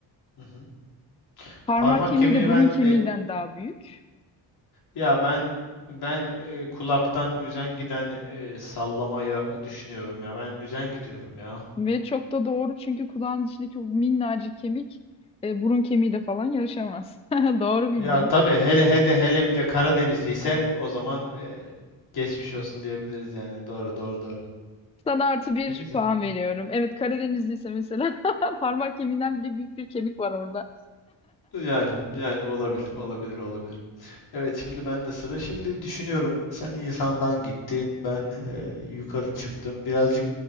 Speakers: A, on the left; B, on the left.
A: Hı hı.
B: Parmak
A: Parmak
B: kemiği
A: kemiğini
B: de burun
A: ben
B: kemiğinden
A: e,
B: daha büyük.
A: ya ben ben e, kulaktan üzen giden e, sallamaya düşünüyorum ya. Ben üzen gidiyorum ya.
B: Ve çok da doğru çünkü kulağın içindeki o minnacık kemik e, burun kemiğiyle falan yarışamaz. <laughs> Doğru bildin.
A: Ya tabii hele hele hele bir de Karadenizli ise o zaman e, geçmiş olsun diyebiliriz yani. Doğru doğru doğru.
B: Sana artı bir
A: Ne güzel.
B: puan veriyorum. Evet Karadenizliyse mesela <laughs> parmak kemiğinden bile büyük bir kemik var orada.
A: Yani yani olabilir olabilir olabilir. Evet şimdi ben de sıra. Şimdi düşünüyorum sen insandan gittin ben e, yukarı çıktım. Birazcık